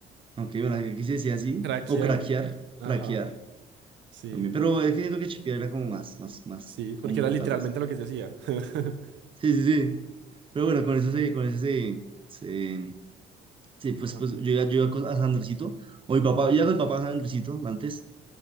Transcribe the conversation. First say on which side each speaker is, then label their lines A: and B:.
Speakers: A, on the right (about 25°); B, on the right (about 75°).
A: Aunque bueno, aquí se decía así.
B: Craquear.
A: O craquear,
B: Ajá.
A: craquear
B: Sí,
A: también. Pero es que siento que chipear era como más, más, más
B: sí,
A: común,
B: porque era literalmente
A: tal vez.
B: lo que se hacía. <laughs>
A: Sí, sí, sí. Pero bueno, con eso se, con eso se, se- sí, pues,
B: Ajá,
A: pues yo ya yo iba con- a Sandricito. O mi papá,
B: sí.
A: yo iba con mi papá a Sandricito antes.